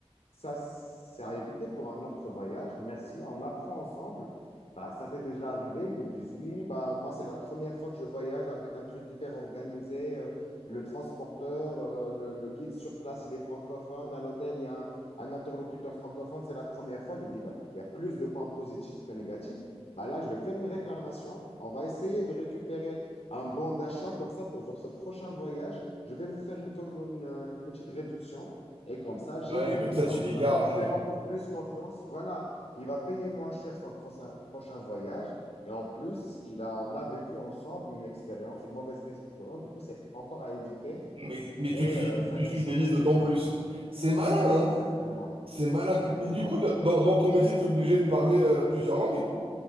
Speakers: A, on the left (about 70°); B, on the right (about 60°).
A: ça, c'est à éviter pour un autre voyage. Merci, on apprend ensemble. Bah, ça t'est déjà arrivé? Ils me disent, oui, bah, moi, c'est la première fois que je voyage avec un truc hyper organisé. euh, le transporteur, euh, le, le guide sur place, il est francophone. À l'hôtel, il y a un, un interlocuteur francophone, c'est la première fois, je dis, ben, il y a plus de points positifs que négatifs. Ben là, je vais faire une réclamation. On va essayer de récupérer un bon d'achat comme ça pour votre prochain voyage. Je vais vous faire une, une, euh, une petite réduction. Et comme ça, j'ai
B: Ouais,
A: le client
B: comme ça tu
A: qui
B: les gardes.
A: va me faire encore plus confiance. Voilà, il va payer moins cher son prochain, prochain voyage. Et en plus, il a, on a vécu ensemble une expérience, une mauvaise expérience. Du coup, c'est encore à éviter
B: Mais, mais
A: et
B: tu le fid-
A: euh, ça
B: tu
A: tisse
B: le fidélises
A: encore
B: d'autant
A: des liens.
B: plus. C'est malin,
A: Exactement,
B: hein? C'est malin.
A: exactement.
B: Mais du coup, de- dans, dans ton métier, t'es obligé de parler euh, plusieurs langues?